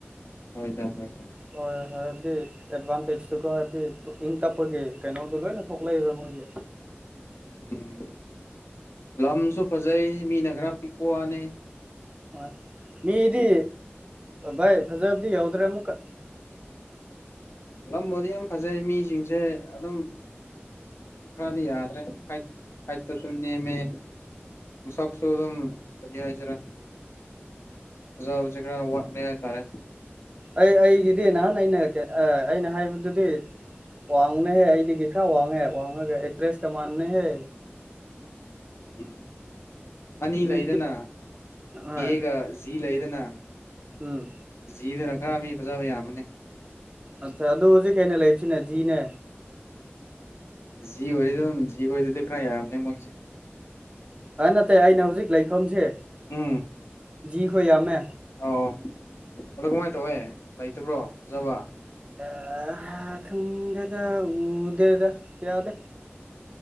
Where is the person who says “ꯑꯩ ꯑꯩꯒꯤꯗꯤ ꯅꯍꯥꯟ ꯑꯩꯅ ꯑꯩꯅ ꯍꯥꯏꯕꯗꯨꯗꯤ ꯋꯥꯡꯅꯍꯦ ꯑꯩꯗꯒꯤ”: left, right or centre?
Right